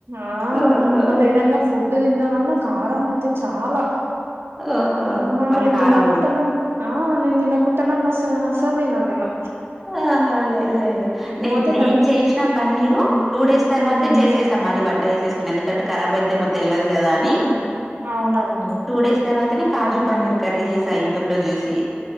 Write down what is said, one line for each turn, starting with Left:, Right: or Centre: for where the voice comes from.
Right: ఆ
Centre: ఓహో!
Right: మళ్ళ ఏదన్న స్నా ఫుడ్ తిందామన్నా కారం అయితే చాలా
Centre: ఓహో!
Right: అమ్మ
Centre: వాళ్ళు
Right: నేను
Centre: కారం
Right: నిన్న కుట్టాన ఆ నేన్దిన కుట్టనన్నసనా అస్సల్ తినన్నేను
Centre: ఆహా లేదు లేదు
Right: పోతే
Centre: నే నేన్
Right: కానీ
Centre: చేసిన పన్నీరు
Right: మ్మ్
Centre: టూ డేస్ తర్వాతే
Right: మ్మ్
Centre: చేసేస్ ఇంక మళ్ళీ వంట వేసేసుకుని ఎందుకంటే కరాబ్ అయితుందేమో తెలియదు కదా అని
Right: అవునండి
Centre: టూ డేస్ తర్వాతనే కాజు పన్నీర్ కర్రీ చేసా యూట్యూబ్ లో చూసి